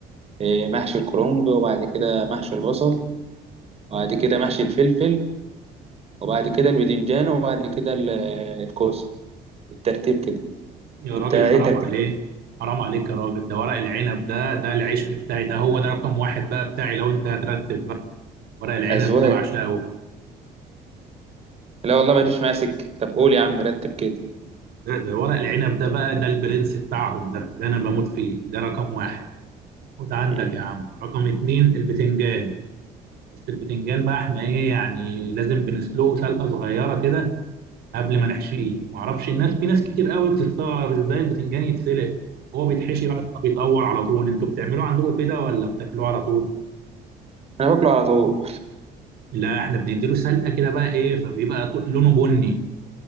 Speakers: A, on the right (about 35°); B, on the right (about 70°).
A: إيه، محشي الكرنب وبعد كده محشي البصل وبعد كده محشي الفلفل وبعد كده الباذنجان وبعد كده ال- الكوسه بالترتيب كده
B: يا
A: انت
B: راجل
A: ايه
B: حرام
A: ترتيب
B: عليك حرام عليك يا راجل ده ورق العنب ده ده العشق بتاعي ده هو ده رقم واحد بقى بتاعي لو انت هترتب بقى ورق العنب
A: اذواق
B: ده بعشقه
A: لا والله ماليش معايا سكه طب قول يا عم رتب كده
B: ده, ده ورق العنب ده بقى ده البرنس بتاعهم ده ده انا بموت فيه ده رقم واحد وده عندك
A: مم.
B: يا عم رقم اتنين البتنجان بس البتنجان بقى احنا ايه يعني لازم بنسلقه سلقه صغيره كده قبل ما نحشيه معرفش الناس في ناس كتير قوي بتستغرب ازاي البتنجان يتسلق هو بيتحشي بعد ما بيتقور على طول انتوا بتعملوه عندكم كده ولا بتاكلوه على طول
A: انا باكله على طول
B: لا احنا بنديله سلقه كده بقى ايه فبيبقى ط- لونه بني